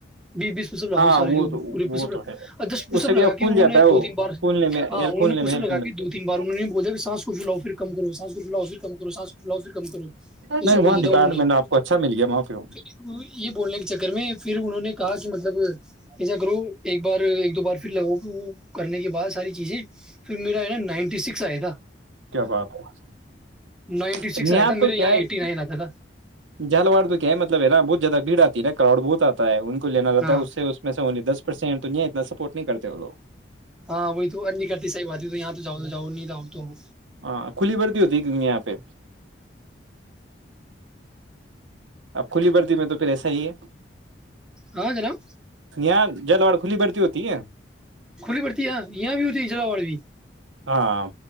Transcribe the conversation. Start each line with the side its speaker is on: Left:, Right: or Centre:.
Centre: بی بیس پپ لگاؤ
Right: ہاں
Centre: سارے
Right: وہ
Centre: جوے
Right: تو وہ تو ہے
Centre: جس پسپ
Right: اس سے
Centre: لگا
Right: کیا پھول
Centre: کے انہوں
Right: جاتا
Centre: نے
Right: ہے
Centre: دو
Right: وہ
Centre: تین بار
Right: پھولنے میں ایئر
Centre: ہاں انہوں
Right: پھولنے
Centre: نے
Right: میں
Centre: پسپ
Right: ہیلپ
Centre: لگا
Right: میں
Centre: کے
Right: ملتے
Centre: دو
Right: ہیں
Centre: تین بار ہوں نے بولا کہ سان کو ف الؤفر کم کرو سانس کو ف الؤفر کم کرو سانس کو لو پھر کم کرو ایسے
Right: نہیں
Centre: بولے
Right: وہاں
Centre: تھا
Right: ڈپارٹمنٹ
Centre: انہوں نے
Right: آپ کو اچھا مل گیا وہاں پہ
Centre: پھر یہ بولنے کے چکر میں پھر انہوں نے کہا کہ مطلب ایسا کرو ایک بار ایک دو بار پھر لگاؤ وہ کرنے کے بعد ساری چیزیں پھر میرا ہے نا نائنٹی سکس مسا آدا
Right: کیا بات ہے
Centre: نائنٹی سکس
Right: نہاں
Centre: آیا تھا
Right: تو
Centre: میرے یہاں
Right: کیا ہے
Centre: ایٹی نائن آتا تھا
Right: جلواڑ تو کیا ہے مطلب ہے نا بت جیاد بھیڑ آتی نا کرؤڈ بہتتا ہے ان کی لینا رہتا
Centre: ہاں
Right: ہے اس سے اس میں سے انی دس پرسینٹ دنیا اتنا سپورٹ نہیں کرتے وہ لگ
Centre: ہاں وہی تو ا نہیں کرتی سحی بات ہے تو یہاں تو جؤ تو جؤ نہیں آؤ تو آ
Right: ہاں کھلی بڑتی کہ ایپ <unintelligible> اب کھلی بڑتی میں تو پھر ایسا ہی ہے
Centre: ہاں جناب
Right: یہاں جل واڑ کھلی بڑتی ہوتی ہے
Centre: کھلی پڑتی ہے یہاں بھی ہوتی ہے جلاو بھی
Right: ہاں